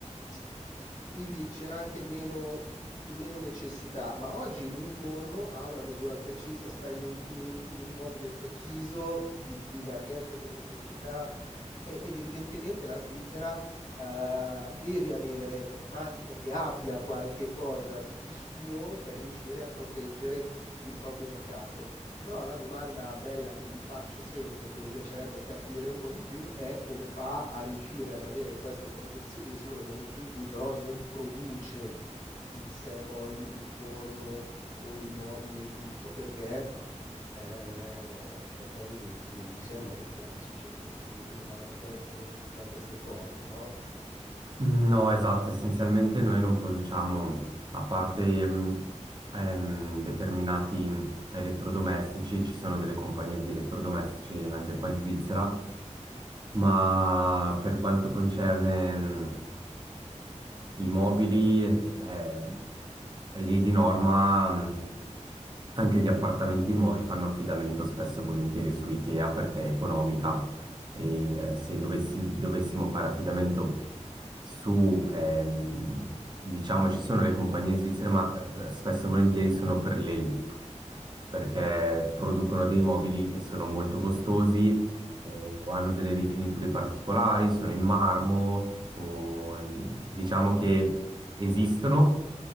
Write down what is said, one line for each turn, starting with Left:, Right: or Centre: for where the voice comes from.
Left: c- quindi c'era anche meno meno necessità, ma oggi un forno ha una misura precisa, sta in un, in un- in un mobile preciso di, di larghezza, di profondità e- ed evidentemente la Svizzera eh, deve avere, immagino che abbia qualche cosa di suo per riuscire a proteggere il proprio mercato. Però la domanda bella che mi faccio sempre, che mi piacerebbe capire un po' di più, è come fa a riuscire ad avere questo protezionismo nel momento in cui però non produce in sé poi il forno o il mobile e tutto, perché, eh, perché mh, non mi sembra che sia una, socie- una nazione che produca queste cose, no?
Right: No, esatto, essenzialmente noi non produciamo, a parte ehm, ehm, determinati mm, elettrodomestici, ci sono delle compagnie di elettrodomestici anche qua in Svizzera Ma per quanto concerne mh, i mobili, eh, lì di norma. mh, anche gli appartamenti nuovi fanno affidamento spesso e volentieri su IKEA perché è economica e eh, se dovessi- dovessimo fare affidamento su, ehm, diciamo, ci sono le compagnie svizzere, ma eh, spesso e volentieri sono per l'elite perché producono dei mobili che sono molto costosi eh, o hanno delle rifiniture particolari, sono in marmo o ehm, diciamo che esistono,